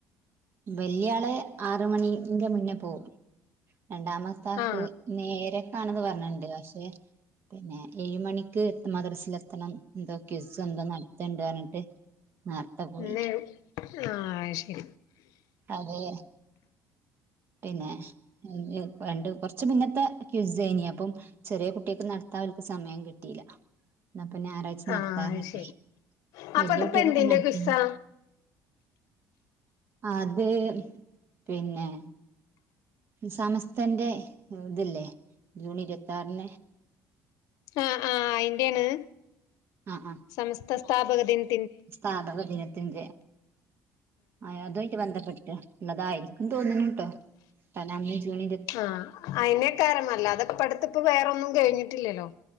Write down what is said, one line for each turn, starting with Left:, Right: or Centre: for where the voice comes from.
Right: വല്യാളെ ആറ് മണിന്റെ മുന്നേ പോകും രണ്ടാമത്താക്ക്
Left: ആ
Right: ഇന്ന് ഏഴരക്കാണെന്ന് പറഞ്ഞിട്ടുണ്ട് പക്ഷെ പിന്നെ ഏഴ് മണിക്ക് മദ്രസിൽ എത്തണം എന്തോ കിസ്സ് എന്തോ നടത്തണ്ട പറഞ്ഞിട്ട് നേർത്തെ പോയി
Left: ഇന്നേ ആഹ് ശരി
Right: അതെ പിന്നെ ഏഹ് ഏഹ് പണ്ട് കൊറച്ച് മുന്നത്ത കിസ്സേനി അപ്പം ചെറിയ കുട്ടിയൊക്ക് നടത്താൻ അവർക്ക് സമയം കിട്ടില്ല എന്നാപ്പൊ ഞായറാഴ് ഴ്ച്ച
Left: ആ
Right: നടത്താ പറഞ്ഞിട്ടെ
Left: അത് ശരി
Right: വല്യ
Left: അപ്പൊ ഇതിപ്പോ
Right: കുട്ടിയക്കൊക്കെ
Left: എന്തിന്റെ
Right: നടത്തിണ്ട്
Left: ക്വിസാ
Right: അത് പിന്നെ സമസ്ത്തെന്റെ ഇത് ല്ലേ ജൂൺ ഇരുപത്താറിന്
Left: ആഹ് ആഹ് അയിന്റെണ്
Right: ആഹ് ആഹ്
Left: സംമസ്ത സ്ഥാപകദിന്
Right: സ്ഥാപക ദിനത്തിൻെ ആ അതുആയിട്ട് ബന്ധപ്പെട്ടിട്ട് ള്ളതായേക്കും തോന്നണുട്ടോ കാരണം അന്ന് ജൂണി
Left: ആഹ് അയ്നെക്കാരമല്ല അതപ്പ അടുത്ത്പ്പ വേറൊന്നും കേഴിഞ്ഞിട്ടില്ലല്ലോ